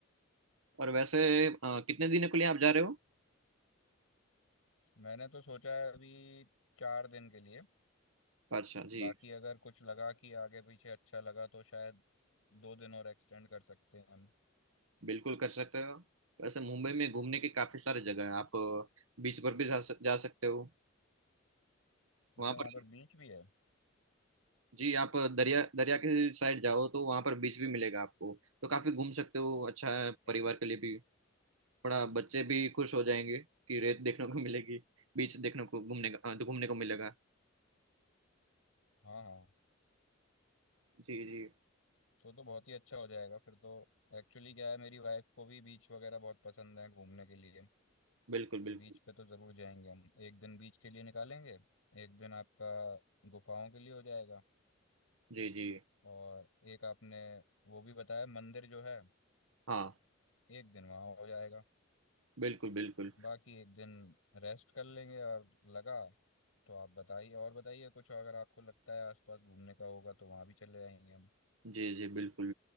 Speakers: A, on the right (about 85°); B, on the left (about 85°).
A: और वैसे अ, कितने दिनों के लिए आप जा रहे हो
B: मैंने तो सोचा है अभी चार दिन के लिए
A: अच्छा जी
B: बाकी अगर कुछ लगा कि आगे पीछे अच्छा लगा तो शायद दो दिन और एक्सटेंड कर सकते हैं हम
A: बिल्कुल कर सकते हो वैसे मुंबई में घूमने के काफी सारे जगह है आप बीच पर भी जा, सक- जा सकते हो वहां
B: अच्छा वहाँ
A: पर
B: पर बीच भी है
A: जी आप दरिया दरिया के साइड जाओ तो वहां पर बीच भी मिलेगा आपको तो काफी घूम सकते हो अच्छा
B: अच्छा।
A: है परिवार के लिए भी थोड़ा बच्चे भी खुश हो जाएंगे कि रेत देखने को मिलेगी बीच देखने को घूमने का अ, घूमने को मिलेगा
B: हाँ हाँ
A: जी जी
B: तो तो बहुत ही अच्छा हो जाएगा फिर तो एक्चुअली क्या है मेरी वाइफ को भी बीच वगैरह बहुत पसंद है घूमने के लिए
A: बिल्कुल बिल्कुल
B: बीच पे तो जरूर जाएंगे हम एक दिन बीच के लिए निकालेंगे एक दिन आपका गुफाओं के लिए हो जाएगा
A: जी जी
B: और एक आपने वो भी बताया मंदिर जो है
A: हाँ
B: एक दिन वहाँ हो जाएगा
A: बिल्कुल बिल्कुल
B: बाकी एक दिन रेस्ट कर लेंगे और लगा तो आप बताइए और बताइए कुछ अगर आपको लगता है आसपास घूमने का होगा तो वहाँ भी चले जाएंगे हम
A: जी जी बिल्कुल